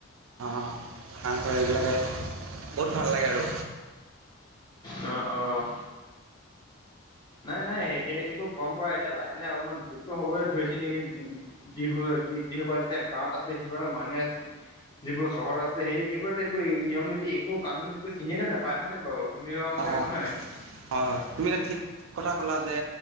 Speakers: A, on the right; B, on the left.
A: অ', <unintelligible> এইবিলাকে বহুত ভাললাগে আৰু।
B: অ', অ'। নাই, নাই সেই এইবোৰ পৰম্পৰা এতিয়া লাহে, লাহে অলপমান লুপ্ত হবলৈ ধৰিছে নেকি যি-যি-যিসকল এতিয়া গাঁৱত আছে সিসকলে মানে যিবোৰ চহৰত আছে সেই-সেইবোৰত এইবোৰ নিয়ম নীতি একো কানুন একো চিনিয়ে নেপায় হয়নে বাৰু!
A: অঁ অঁ
B: <inaudible>
A: হয়, হয়, তুমি এতিয়া ঠিক কথা ক'লা যে